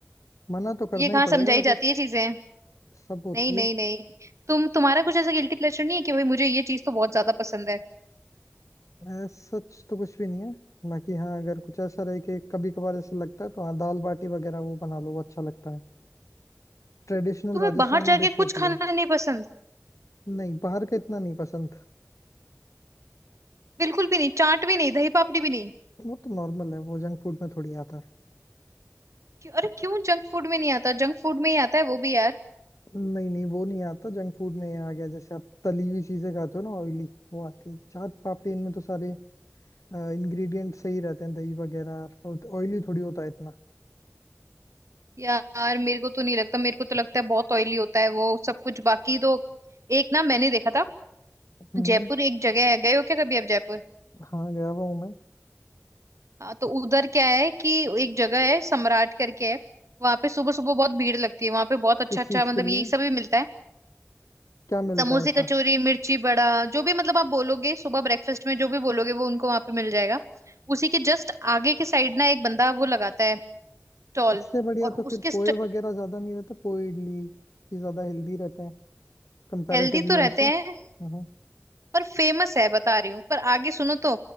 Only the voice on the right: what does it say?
ये कहाँ
समझाई
जाती है चीजें
नहीं नहीं
नहीं तुम तुम्हारा कुछ ऐसा गिल्टी प्लेजर नहीं है कि भाई मुझे ये चीज तो बहुत ज्यादा पसंद है
तुम्हें
बाहर जाके
कुछ
खाना
नहीं पसंद
बिल्कुल भी नहीं चाट भी नहीं दही पापड़ी भी नहीं
क्यों अरे क्यों जंक फूड में नहीं आता जंक फूड में ही आता है वो भी यार
यार मेरे को तो नहीं लगता मेरे को तो लगता है बहुत ऑयली होता है वो सब कुछ बाकी तो एक ना मैंने देखा था
जयपुर एक जगह है गए हो क्या कभी आप जयपुर
हाँ तो उधर क्या है कि एक जगह है सम्राट करके है वहां पे सुबह सुबह बहुत भीड़ लगती है वहां पे बहुत अच्छा
अच्छा
मतलब
यही सब भी मिलता है
समोसे
कचौरी मिर्ची बड़ा जो भी मतलब आप बोलोगे सुबह ब्रेकफास्ट में जो भी बोलोगे वो उनको वहां पे मिल जाएगा उसी के जस्ट आगे की साइड ना एक बंदा वो लगाता है स्टॉल
और
उसके
हेल्दी तो रहते
हैं
पर फेमस है बता रही हूँ पर आगे सुनो तो